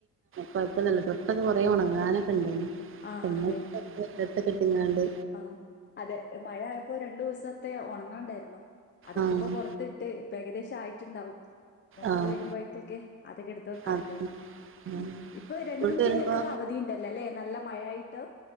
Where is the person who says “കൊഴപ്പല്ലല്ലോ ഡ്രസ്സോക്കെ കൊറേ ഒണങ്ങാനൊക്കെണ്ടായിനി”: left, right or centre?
Right